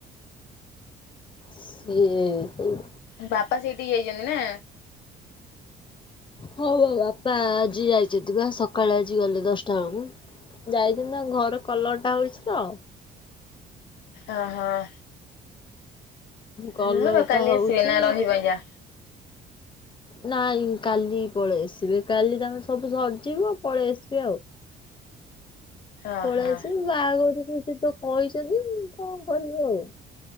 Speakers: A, on the left; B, on the left.
A: ସେଏ
B: ବାପା ସେଇଠିି ଯାଇଛନ୍ତି ନା।
A: ହଉ ହଉ ବାପା ଆଜି ଯାଇଛନ୍ତି। ବା ସକାଳେ ଆଜି ଗଲେ ଦଶଟା ବେଳକୁ ଯାଇଛନ୍ତି ନା ଘର କଲରଟା ହଉଛି ତ।
B: ହ ହଁ
A: କଲର
B: ହଁ ତ କାଲି
A: ଟା ହଉଛି
B: ଆସିବି ନା ରହିବ ଯା।
A: ନାଇଁ କାଲି ପଳେଇ ଆସିବେ କାଲି ତାମେ ସବୁ ସଜିବ ପଳେଇ ଆସିବେ ଆଉ।
B: ଓହୋ।
A: ପଳେଇ ଆସିବ ବାହାଘରକୁ ସେ ତ କହିଛନ୍ତି। କ'ଣ କରିବୁ ଆଉ